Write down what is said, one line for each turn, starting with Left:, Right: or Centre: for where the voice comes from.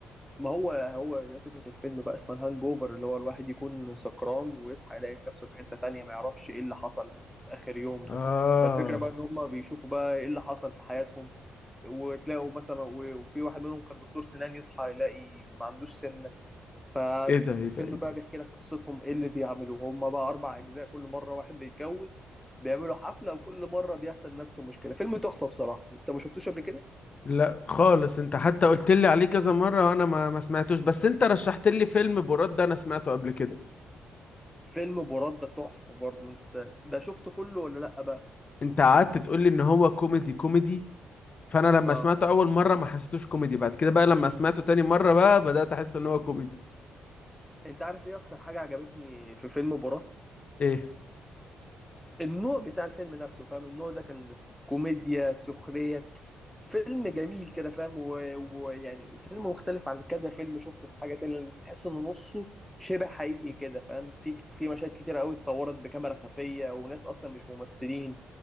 Centre: ما هو هو ده فكرة الفيلم بقى اسمها الهانج اوفر اللي هو الواحد يكون سكران ويصحى يلاقي نفسه في حتة تانية ما يعرفش ايه اللي حصل آخر يوم ده
Left: اه
Centre: فالفكرة بقى ان هم بيشوفوا بقى ايه اللي حصل في حياتهم وتلاقوا مثلا وفي واحد منهم كان دكتور سنان يصحى يلاقي ما عندوش سن فالفيلم
Left: ايه ده ايه ده ايه ده
Centre: بقى بيحكي لك قصتهم ايه اللي بيعملوه هم بقى اربع اجزاء كل مره واحد بيتجوز بيعملوا حفله وكل مره بيحصل نفس المشكله فيلم تحفه بصراحه انت ما شفتوش قبل كده
Left: لا خالص انت حتى قلت لي عليه كذا مره وانا ما ما سمعتوش بس انت رشحت لي فيلم براد ده انا سمعته قبل كده
Centre: فيلم برده تحفه برضو انت ده شفته كله ولا لا بقى
Left: انت قعدت تقول لي ان هو كوميدي كوميدي فانا لما
Centre: اه
Left: سمعته اول مره ما حسيتوش كوميدي بعد كده بقى لما سمعته تاني مره بقى بدات احس ان هو كوميدي
Centre: انت عارف ايه اكتر حاجه عجبتني في فيلم براد
Left: ايه
Centre: النوع بتاع الفيلم نفسه فاهم النوع ده كان كوميديا سخريه فيلم جميل كده فاهم و- ويعني فيلم مختلف عن كذا فيلم شفته في حاجة تانية لأن تحس إن نصه شبه حقيقي كده فاهم في في مشاهد كتيرة قوي اتصورت بكاميرا خفية وناس أصلا مش ممثلين